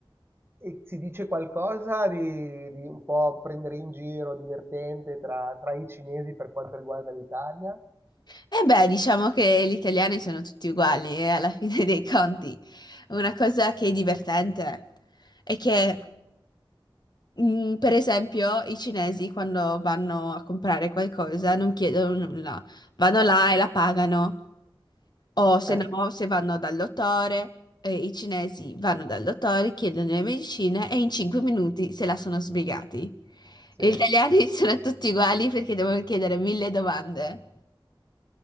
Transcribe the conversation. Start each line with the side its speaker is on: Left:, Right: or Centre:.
Right: e si dice qualcosa di di un po' prendere in giro, divertente tra tra i cinesi per quanto riguarda l'Italia?
Left: E beh, diciamo che gli italiani sono tutti uguali, e alla <laughs> fine dei conti. Una cosa che è divertente è che, mh, per esempio, i cinesi quando vanno a comprare qualcosa non chiedono nulla, vanno là e la pagano. O se
Right: Eh,
Left: no, se vanno dal dottore, eh, i cinesi vanno dal dottore, chiedono le medicine e in 5 minuti se la sono sbrigati.
Right: sì.
Left: Gli italiani <laughs> sono tutti uguali perché devono chiedere mille domande.